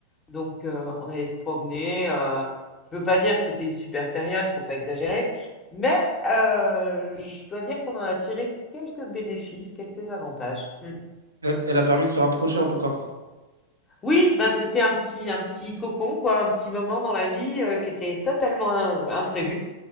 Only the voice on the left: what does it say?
Donc, euh, on allait se promener. euh, je veux pas dire que c'était une super période, faut pas exagérer, mais euh, je dois dire qu'on en a tiré quelques bénéfices, quelques avantages. Mm.
Oui, ben c'était un petit, un petit cocon, quoi, un petit moment dans la vie euh, qui était totalement im- imprévu